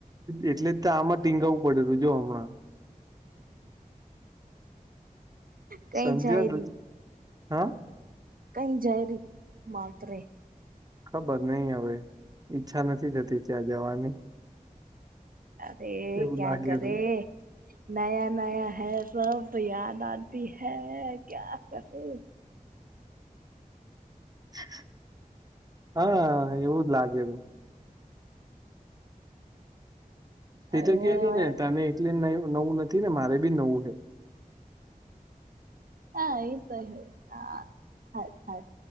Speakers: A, on the right (about 25°); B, on the right (about 75°).
A: એટલે તો આમાં ટીંગાવું પડેું જો હમણાં.
B: કઈ
A: સમજ્યા
B: જાય રી
A: હા.
B: કઈ જરી માત્રે
A: ખબર નહી હવે ઈચ્છા નથી થતી ત્યાં જવાની.
B: અરે
A: એવું
B: ક્યા
A: લાગેલું
B: કરે નયા નયા હૈ સબ તો યાદ આતી હૈ ક્યા કરે.
A: <inaudible> હા એવું જ લાગે.
B: અરે
A: એ તો કેને તને એટલે નવું નથી ને મારે બી નવું હે
B: હા એ તો હે થાય થાય.